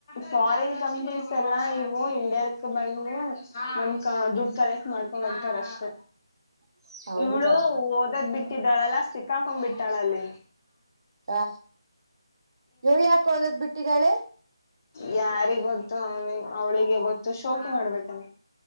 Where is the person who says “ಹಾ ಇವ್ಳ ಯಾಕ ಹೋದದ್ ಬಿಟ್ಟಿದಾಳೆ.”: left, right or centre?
Right